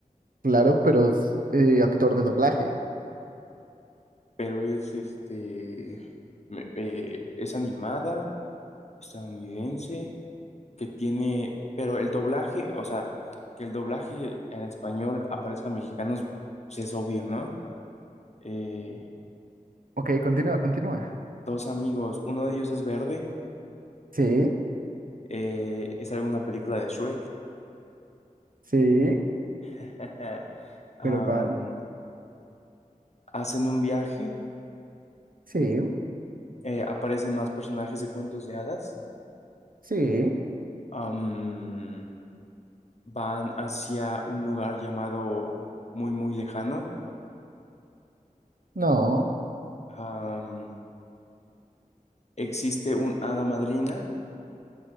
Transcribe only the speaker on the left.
pero es este, me- eh, es animada, estadounidense. que tiene, pero el doblaje, o sea, que el doblaje en español aparezca en mexicanos, pues es obvio, ¿no? Eh,
dos amigos, uno de ellos es verde,
eh, es alguna película de Shrek.
<laughs> Am,
hacen un viaje,
eh, aparecen más personajes de cuentos de hadas,
Am, van hacia un lugar llamado muy, muy lejano.
Am, existe un hada madrina